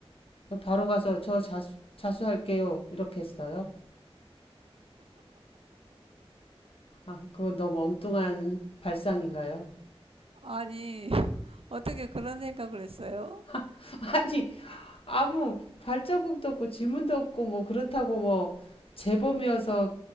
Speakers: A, on the left; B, on the right.
A: 바로 가서 저 자수, 자수할게요. 이렇게 했어요. 아, 그건 너무 엉뚱한 발상인가요?
B: 아니, <laughs> 어떻게 그런 생각을 했어요?
A: <laughs> 아니, 아무 발자국도 없고 지문도 없고 뭐 그렇다고 뭐 재범이어서